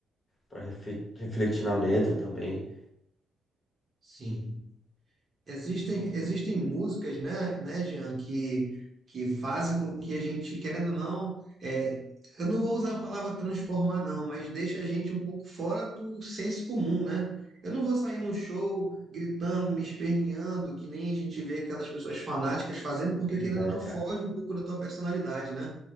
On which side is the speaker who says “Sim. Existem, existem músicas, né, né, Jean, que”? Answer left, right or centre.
Right